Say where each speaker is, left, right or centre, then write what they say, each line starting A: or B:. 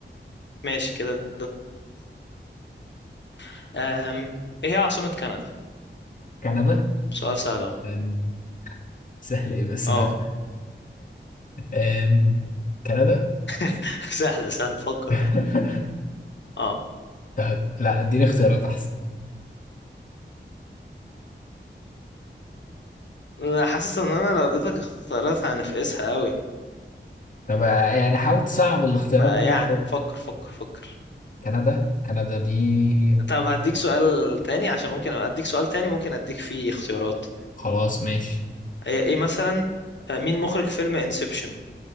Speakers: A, on the left (about 65°); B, on the left (about 45°).
A: ماشي كده ده أم... ايه هي عاصمة كندا؟
B: كندا
A: سؤال سهل اهو
B: أم، سهل ايه بس
A: اه
B: انا <laughs> أم، كندا
A: <laughs> سهل سهل فكر
B: <laughs>
A: بقى اه
B: طب لا اديني اختيارات احسن
A: أنا حاسس ان انا لو اديتك اختيارات هنفقسها قوي
B: طب آه، يعني حاول تصعب الاختيارات
A: فيعني
B: دي شوية.
A: فكر فكر فكر
B: كندا كندا دي
A: طب هديك سؤال تاني عشان ممكن اديك سؤال تاني ممكن اديك فيه اختيارات
B: خلاص ماشي
A: ايه إيه مثلا آه، مين مخرج فيلم انسبشن